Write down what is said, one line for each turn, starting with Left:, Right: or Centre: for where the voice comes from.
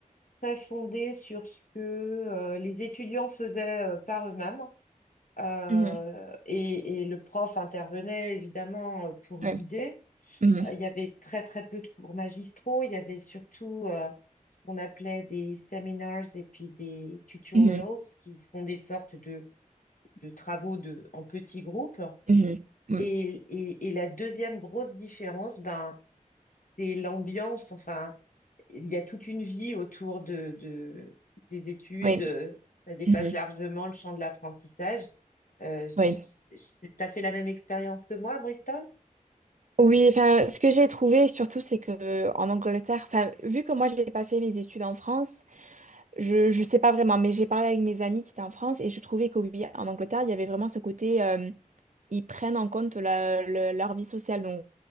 Left: très fondé sur ce que euh, les étudiants faisaient euh, par eux-mêmes. Euh,
Right: Mhm.
Left: et, et le prof intervenait évidemment euh, pour
Right: Oui.
Left: guider.
Right: Mhm.
Left: Euh, Il y avait très, très peu de cours magistraux. Il y avait surtout euh, ce qu'on appelait des seminars et puis des tutorials,
Right: Mhm.
Left: qui sont des sortes de de travaux de, en petits groupes.
Right: Mhm. Mm.
Left: Et, et, et la deuxième grosse différence, ben, c'est l'ambiance. Enfin, il y a toute une vie autour de, de, des études.
Right: Oui.
Left: Ça dépasse
Right: Mhm.
Left: largement le champ de l'apprentissage. Euh, je-
Right: Oui.
Left: je- je- t'as fait la même expérience que moi à Bristol?
Right: Oui, enfin, ce que j'ai trouvé surtout, c'est que euh, en Angleterre, enfin, vu que moi, je n'ai pas fait mes études en France, je ne sais pas vraiment, mais j'ai parlé avec mes amis qui étaient en France et je trouvais que oui, en Angleterre, il y avait vraiment ce côté, euh, ils prennent en compte la- le- leur vie sociale. Donc,